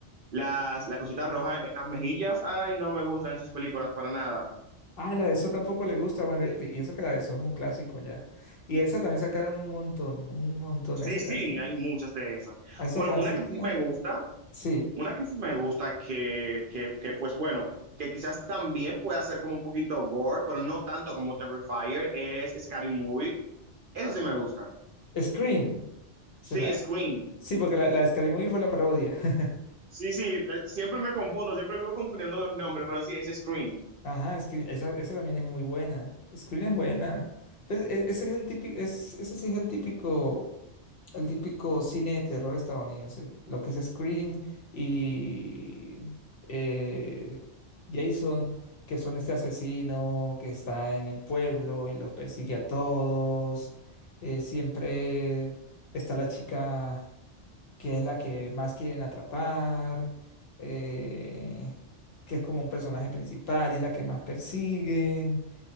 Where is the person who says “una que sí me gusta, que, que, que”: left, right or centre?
Right